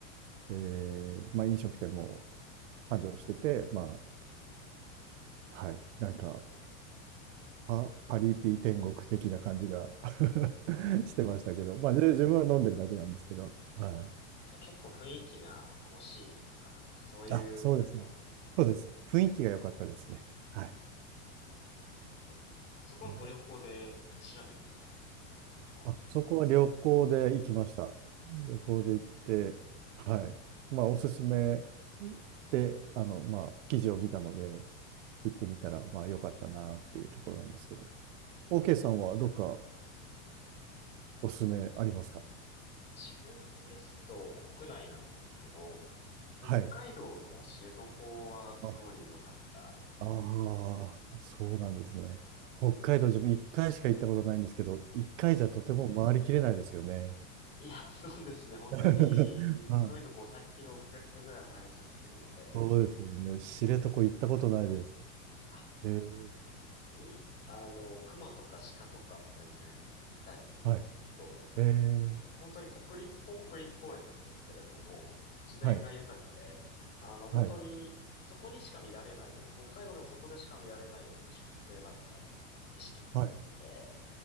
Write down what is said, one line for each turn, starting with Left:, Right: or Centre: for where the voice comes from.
Right: えーまあ、飲食店も繁盛してて、まあ、はい。なんか、
Left: え
Right: パ、パリピ天国的な感じが <laughs>
Left: ー、
Right: してましたけど、
Left: うん。
Right: まあ、じゅ自分は飲んでるだけなんですけど、はい。
Left: じゃあ結構雰囲気が楽しいとか、なんかそういう感じは
Right: あ、そうですね。そうです。雰囲気が良かったですね。はい。
Left: いいですね。なんか、そこはご旅行で、
Right: いや
Left: なんか調べて見つけた感じですか
Right: あ、そこは旅行で行きました。旅行で行って、はい。まあ、おすすめで、あの、まあ、記事を見たので、行ってみたら、まあ、良かったなっていうところなんですけど。OK さんはどっかおすすめありますか
Left: え、え自分ですと国内なんですけど、北海道の知床はすごい良かったですね。
Right: はい。あ、ああ、そうなんですね。北海道、
Left: え、
Right: 自分一回しか行ったことないんですけど、一回じゃとても回りきれないですよね。
Left: え、いや、そうですね。本当に、
Right: <laughs> はい。
Left: 遠いと500キロ、600キロぐらい離れちゃってるので、
Right: そうですよね。知床行ったことないです。
Left: あ、
Right: えー、
Left: すごい、あの、熊とか鹿とかも全然いたり、
Right: はい。
Left: 道路の横とかで、
Right: えー、
Left: 本当に国立、ここ国立公園なんですけれども、自然が豊かで、
Right: はい。
Left: あの、本当に、
Right: はい。
Left: そこにしか見られないような、北海道でもそこでしか見られないような植生だったり、景色があって、
Right: はい。